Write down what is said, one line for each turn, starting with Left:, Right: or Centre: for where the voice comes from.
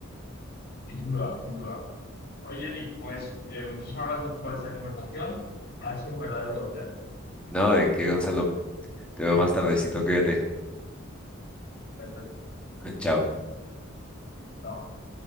Left: sin duda, sin duda. Oye, Eli, pues eh, muchísimas gracias por esta conversación. Ha sido un verdadero placer.
Centre: No, ¿de qué, Gonzalo? Te veo más tardecito, cuídate.
Left: Perfecto.
Centre: <laughs> Chao.
Left: Chao.